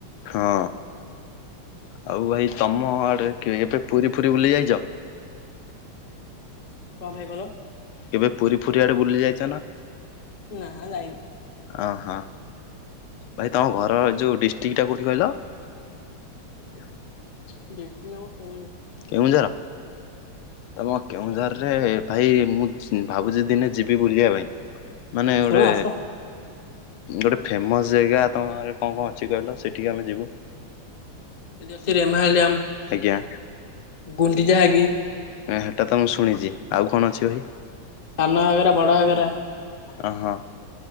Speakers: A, on the left; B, on the left.
A: ହଁ? ଆଉ ଭାଇ ତମ ଆଡରେ କିଏ ଏବେ ପୁରୀ ଫୁରୀ ବୁଲି ଯାଇଚ?
B: କଣ ଭାଇ କଇଲ?
A: କେବେ ପୁରୀ ଫୁରି ଆଡେ ବୁଲି ଯାଇଚ ନା?
B: ନାଁ ଯାଇନୁ।
A: ଅ ହଁ। ଭାଇ ତମ ଘରର ଯୋଉ ଡିଷ୍ଟ୍ରିକ୍ଟା କୋଉଠି କହିଲ? ଆା <unintelligible>
B: ଡିଷ୍ଟ୍ରିକ୍ଟ ଆମର କେଉଁଝର୍।
A: କେଉଁଝର? ତମ କେଉଁଝରରେ ଭାଇ ମୁଁ ଭାବୁଛି ଦିନେ ଯିବି ବୁଲିବା ପାଇଁ। ମାନେ
B: ଆସୁନ
A: ଗୋଟେ
B: ଆସ।
A: ଗୋଟେ ଫେମସ ଜେଗା ତମ ଗାଁରେ କଣ କଣ ଅଛି କହିଲ? ସେଠିକି ଆମେ ଯିବୁ।
B: ସିଟି ଅଛି ରେମାହାଲି ଡ୍ୟାମ।
A: ଆଜ୍ଞା।
B: ଗୁଣ୍ଡିଚା ଘାଗି।
A: ହୁଁ ସେଟା ତ ମୁଁ ଶୁଣିଚି। ଆଉ କଣ ଅଛି ଭାଇ?
B: ସାନ ଘାଗରା, ବଡ ଘାଗରା।
A: ଓହୋ।